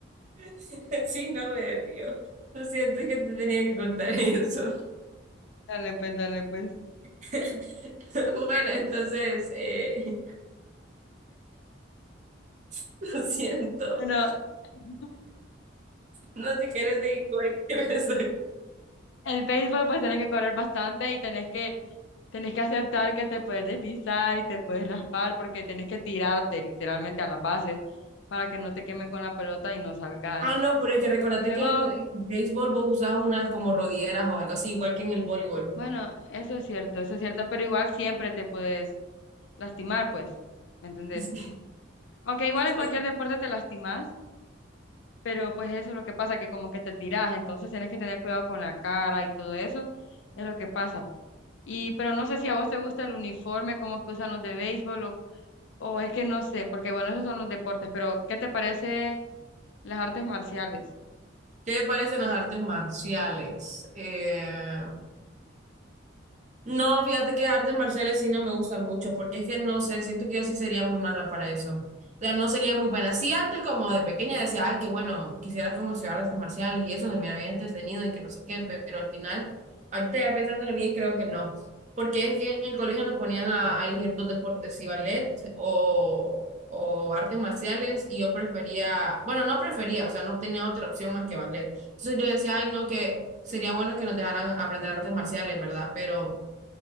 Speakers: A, on the right; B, on the left.
A: <laughs> Sí, no me dio. Lo siento es que te tenía que contar eso.
B: Dale pues, dale pues.
A: <laughs> Bueno, entonces, eh, <laughs> lo siento.
B: Bueno, <laughs>
A: No sé si quieres seguir con el que me soy.
B: el béisbol pues tenés que correr bastante y tenés que Tenés que aceptar que te puedes deslizar y te puedes raspar porque tenés que tirarte literalmente a las bases para que no te quemen con la pelota y no salgas.
A: Ah, no, pero es que recordate
B: Y luego,
A: que en el béisbol vos usás unas como rodilleras o algo así, igual que en el voleibol.
B: bueno, eso es cierto, eso es cierto, pero igual siempre te puedes lastimar, pues, ¿me entendés?
A: <laughs>
B: Aunque igual en cualquier
A: Sí.
B: deporte te lastimas, pero pues eso es lo que pasa, que como que te tiras, entonces tienes que tener cuidado con la cara y todo eso, es lo que pasa. Y, pero no sé si a vos te gusta el uniforme como que usan los de béisbol o O es que no sé, porque bueno, esos son los deportes, pero ¿qué te parece las artes marciales?
A: ¿Qué me parecen las artes marciales? Eh, No, fíjate que artes marciales sí no me gusta mucho, porque es que no sé, siento que yo sí sería muy mala para eso. O sea, no sería muy buena. Sí, antes como de pequeña decía, ay, qué bueno, quisiera como estudiar artes marciales y eso se me había entretenido y que no sé qué, pe- pero al final, ahorita ya pensándolo bien, creo que no. Porque es que en el colegio nos ponían a, a elegir dos deportes, si ballet o, o artes marciales, y yo prefería, bueno, no prefería, o sea, no tenía otra opción más que ballet. Entonces yo decía, ay, no, que sería bueno que nos dejaran aprender artes marciales, ¿verdad? Pero...